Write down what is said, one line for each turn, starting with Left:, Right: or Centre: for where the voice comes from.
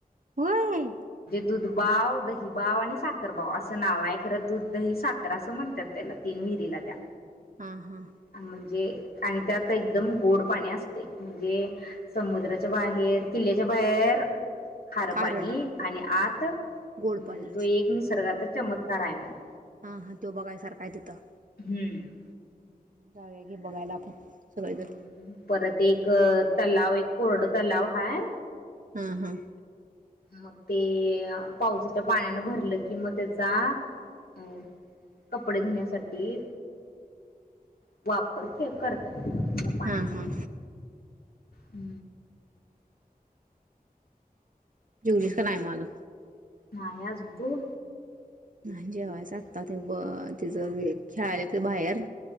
Right: होय.
Left: दुध बाव, दही बाव आणि साखर बाव असं नाव आहे खरं दूध, दही 'साखर असं म्हणतात त्याला तीन विहिरीला त्या.
Right: हा हा
Left: म्हणजे आणि त्यात एकदम गोड पाणी असतय. म्हणजे समुद्राच्या बाहेर किल्ल्याच्या बाहेर खारं
Right: खारट
Left: पाणी आत म्हणजे
Right: गोड पाणी
Left: त एक निसर्गाचा चमत्कार आहे म्हणा.
Right: हा हा त्यो बघायसारखा हाय तिथं.
Left: हम्म
Right: जाऊया की बघायला आपण सगळेजण
Left: हम्म परत एक अ तलाव एक कोरड तलाव हाय
Right: हा हा
Left: मग ते पावसाच्या पाण्यानं भरलं कि मग त्याचा अ कपडे धुण्यासाठी <unintelligible> वापर करतात. त्या पाण्याचा
Right: हा हा
Left: हूं
Right: जेवलीस का नाय म अजून
Left: नाय अजून तू
Right: न्हाय जेवायचं आत्ताच ते ब तिज हे खेळाला ते बाहेर